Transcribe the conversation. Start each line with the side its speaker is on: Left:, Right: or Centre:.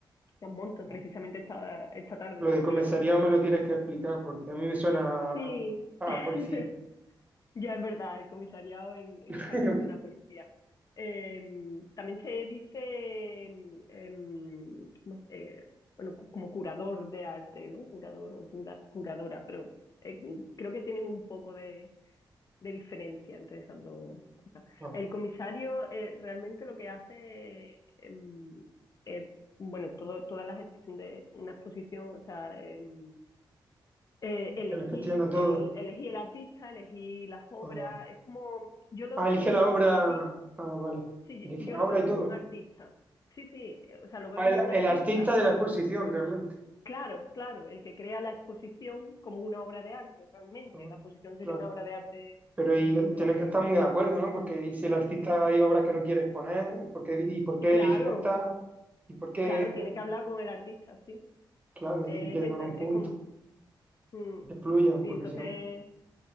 Left: las monto
Right: No.
Left: precisamente esta, esta tarde,
Right: Lo
Left: tengo
Right: de comisariado
Left: que ir a montar
Right: me
Left: un...
Right: lo tienes que explicar porque a mí me suena
Left: Sí,
Right: a, a
Left: <laughs>
Right: policía.
Left: Ya es verdad, el comisariado en, en
Right: <laughs>
Left: español suena a policía. Em, también se dice, em, em, ¿cómo se- eh, bueno, cu- como curador de arte, ¿no? Curador o cura- curadora, pero eh, creo que tienen un poco de, de diferencia entre esas dos cosas.
Right: No,
Left: El comisario eh, realmente lo que hace em, es, bueno, todo, toda la gestión de una exposición, o sea, em, eh,
Right: es
Left: elegí,
Right: que les gestiona todo.
Left: el, elegí el artista, elegí las obras,
Right: No.
Left: es como, yo lo
Right: Ah,
Left: veo
Right: elige
Left: como
Right: la obra.
Left: un artista,
Right: Ah, vale.
Left: sí,
Right: Elige
Left: yo,
Right: la
Left: lo
Right: obra
Left: veo
Right: y
Left: como
Right: todo.
Left: un artista, sí, sí, eh, o sea, lo veo
Right: Ah,
Left: como
Right: el,
Left: un artista,
Right: el artista de la exposición, realmente.
Left: claro, claro, el que crea la exposición como una obra de arte, realmente,
Right: Ah,
Left: la exposición sería
Right: claro.
Left: una obra de arte,
Right: Pero y
Left: en,
Right: eh,
Left: gen-
Right: tienen
Left: eh,
Right: que estar muy de acuerdo, ¿no? Porque y si el artista hay obras que no quiere exponer, ¿por qué- y por qué
Left: claro,
Right: elige esta? ¿Y por qué
Left: claro,
Right: esta?
Left: tiene que hablar con el artista, sí,
Right: Claro,
Left: es
Right: y llegan
Left: eso,
Right: a un punto,
Left: es como, mm,
Right: que fluyan,
Left: sí,
Right: porque
Left: entonces
Right: si no,